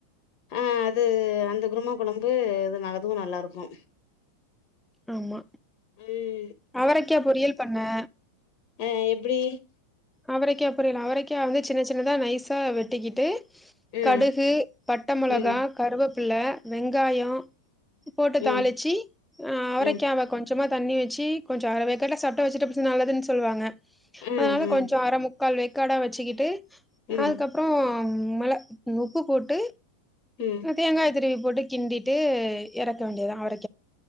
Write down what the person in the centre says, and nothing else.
ஆமா
அவரெக்கா பொரியல் பண்ணே
அவரெக்கா பொரியல் அவரெக்காயா வந்து சின்ன சின்னதா நைசா வெட்டிக்கிட்டு
கடுகு பட்ட மொளகா
கருவப்புள்ள வெங்காயொ போட்டு
தாளிச்சு அவரெக்காவ
கொஞ் கொஞ்சமா தண்ணி வெச்சு கொஞ்சொ அற வேக்காடா சாப்டா வெஜிடபிள்ஸ் நல்லதுன்னு சொல்லுவாங்க
அதுனால
அர முக்கால் வேக்காடா வச்சுக்கிட்டு
அதுக்கப்றொ மெள உப்பு போட்டு
தேங்காய திருவி போட்டு கிண்டிட்டு எறக்க வேண்டியதா அவரெ